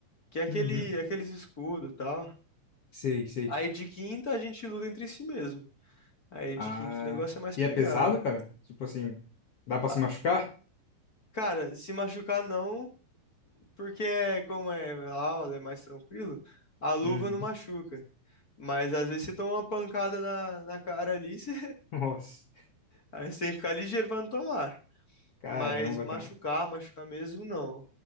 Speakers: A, on the left; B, on the left.
A: que é aquele,
B: Uhum.
A: aqueles escudos e tal.
B: Sei, sei.
A: Aí de quinta, a gente luta entre si mesmo. Aí de
B: Ah,
A: quinta o negócio é mais
B: e
A: pegado.
B: é pesado, cara? Tipo assim, dá pra
A: Ah,
B: se machucar?
A: Cara, se machucar não, porque é- como é aula, é mais tranquilo, a luva
B: Uhum.
A: não machuca. Mas às vezes você toma uma pancada na, na cara ali, <laughs> você,
B: <laughs> Nossa,
A: aí você tem que ficar ligeiro pra não tomar.
B: caramba,
A: Mas machucar,
B: cara.
A: machucar mesmo, não.